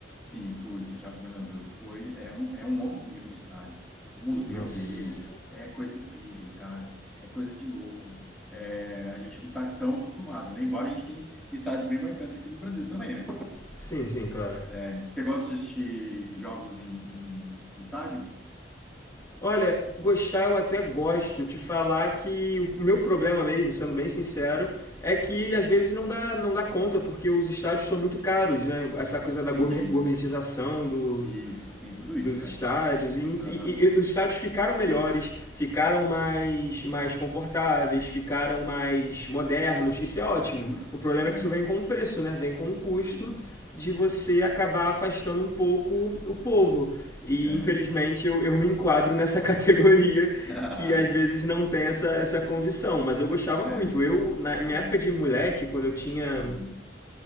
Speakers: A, in the centre; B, on the left.
A: Sim, fui, Santiago Bernabéu. Foi, é um, é um outro nível de estádio. O museu
B: Nossa.
A: deles é coisa incrível, cara. É coisa de louco. É, a gente não tá tão acostumado, né? Embora a gente tenha estádios bem marcantes aqui no Brasil também, né?
B: Sim, sim, claro.
A: É, você gosta de assistir jogos em, em, em estádio?
B: Olha, gostar eu até gosto. Te falar que o meu problema mesmo, sendo bem sincero, é que às vezes não dá, não dá conta, porque os estádios estão muito caros, né? Essa coisa da
A: Entendi.
B: gourmet- gourmetização do,
A: Isso, tem tudo
B: dos
A: isso, é.
B: estádios e,
A: Aham.
B: e- e os estádios ficaram melhores, ficaram mais mais confortáveis, ficaram mais modernos. Isso é ótimo.
A: Uhum.
B: O problema
A: É.
B: é que isso vem com um preço, né? Vem com um custo
A: Uhum.
B: de você acabar afastando um pouco o povo. E
A: É.
B: infelizmente eu, eu me enquadro nessa <laughs> categoria
A: <laughs>
B: que às vezes
A: Ah,
B: não tem essa, essa condição. Mas eu gostava
A: É,
B: muito. Eu, na
A: aham,
B: minha época de moleque, quando eu tinha
A: uhum,